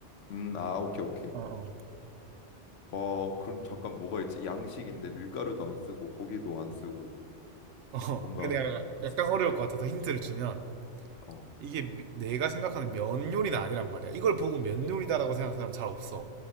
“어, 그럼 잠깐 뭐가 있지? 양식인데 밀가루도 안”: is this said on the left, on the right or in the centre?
Left